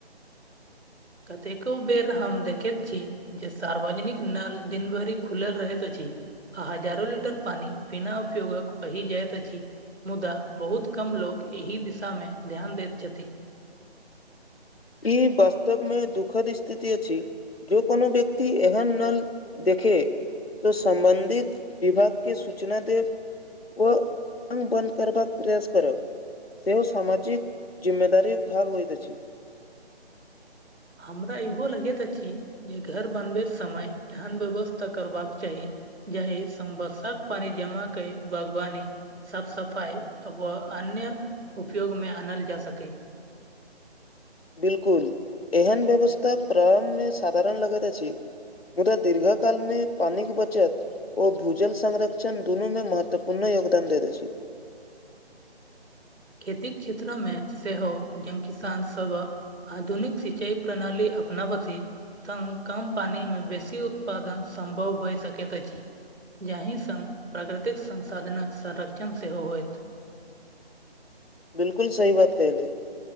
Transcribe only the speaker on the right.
कतेको बेर हम देखैत छी जे सार्वजनिक नल दिन भरि खुलल रहैत अछि आ हजारो लीटर पानी बिना उपयोगक बहि जाइत अछि मुदा बहुत कम लोक एहि दिशा मे ध्यान दैत छथि
हमरा इहो लगैत अछि जे घर बनबे समय एहन व्यवस्था करबाक चाही जाे संभशाक पान जमा क बागवानी साफ सफाइ अब अन्य उपयोग मे आनल जा सकै
खेती क्षेत्र मे सेहो ज किसानसभ आधुनिक सिंचाई प्रणाली अपनावती तम कम पानि मे बेसी उत्पादन सम्भव भए सकैत अछि जाहि सँङ्ग प्राकृतिक संसाधनक संरक्षण सेहो होयत